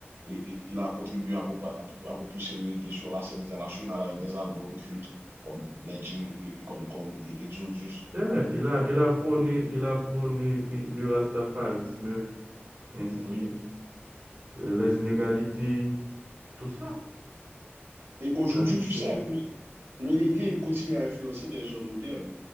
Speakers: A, on the right; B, on the right.
A: Et, et il a contribué à, popa- à, à propulser le reggae sur la scène internationale avec des albums cultes comme Legend et, et comme, comme et Exodus.
B: Yeah, il a, il a prôné, il a prôné eh, le rastafarisme ainsi
A: Oui.
B: euh, les inégalités, tout ça.
A: Et aujourd'hui,
B: Il a touché.
A: tu sais,
B: ça.
A: le, le reggae, il continue à influencer des genres modernes,